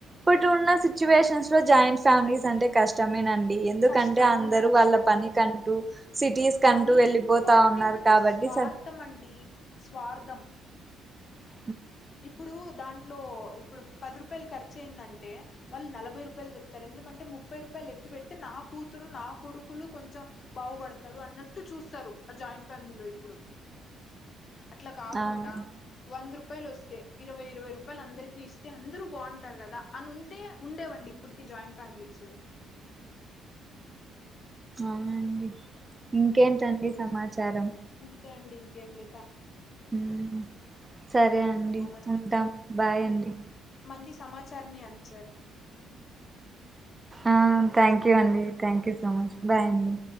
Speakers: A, on the right; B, on the left.
A: ఇప్పుడు చూడ్న్న సిచ్యువేషన్స్ లో జాయింట్ ఫ్యామిలీస్ అంటే కష్టమేనండి ఎందుకంటే
B: కష్టం
A: అందరూ
B: అవునండి
A: వాళ్ళ పని కంటూ <inaudible> కంటూ
B: పని
A: వెళ్ళిపోతా
B: ఇంకొకటి
A: ఉన్నారు
B: ఏమంటే
A: కాబట్టి
B: స్వార్థం అండి. స్వార్థం
A: అ
B: ఇప్పుడు దాంట్లో ఇప్పుడు పది రూపాయలు ఖర్చు అయిందంటే వాళ్ళు నలభై రూపాయలు చెప్తారు. ఎందుకంటే ముప్పై రూపాయలు ఎత్తి పెడితే నా కూతురు నా కొడుకులు కొంచెం బాగుపడతారు. అన్నట్టు చూస్తారు ఆ జాయింట్ ఫ్యామిలీలో ఇప్పుడు అట్లా కాకుండా
A: అవును
B: వంద రూ పెలుస్ ఇరవై ఇరవై రూపాయలు అందరికి ఇస్తే అందరూ బాగుంటారు. కదా అని ఉంటే ఉండేవండి ఇప్పటికి జాయింట్ ఫ్యామిలీస్
A: అవునండి ఇంకేంటండి సమాచారం
B: చండి ఇంకేం లే థాం
A: హ్మ్మ్ సరే అండి
B: యూ
A: ఉంటాం. బాయ్ అండి
B: మంది సమాచారాన్ని అంచాన్
A: ఆ థ్యాంక్ యూ అండి. Thank you so much bye అండి.